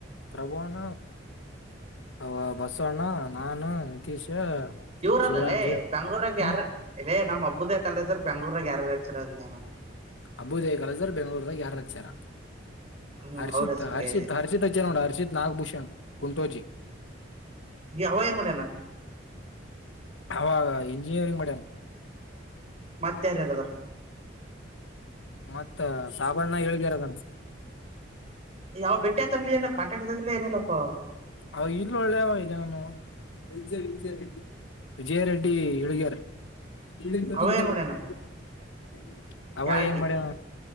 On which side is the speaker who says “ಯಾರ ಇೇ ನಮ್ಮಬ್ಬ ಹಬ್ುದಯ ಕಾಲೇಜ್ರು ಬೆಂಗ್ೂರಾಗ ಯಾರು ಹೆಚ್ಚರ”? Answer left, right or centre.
Right